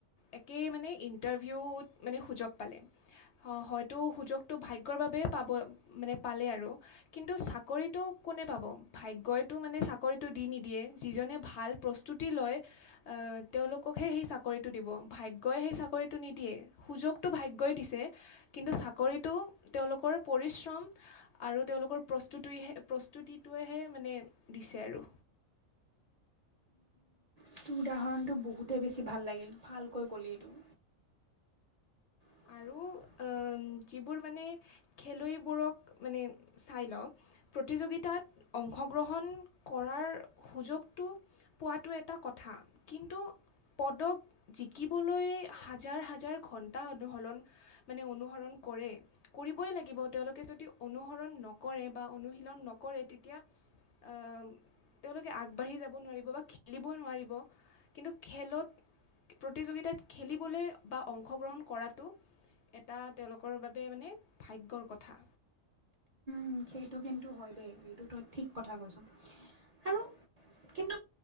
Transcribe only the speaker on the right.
তোৰ উদাহৰণটো বহুতেই বেছি ভাল লাগিল ভালকৈ কলি এইটো <inaudible>
অ সেইটো কিন্তু হয় দেই এইটো তই ঠিক কথা কৈছ আৰু কিন্তু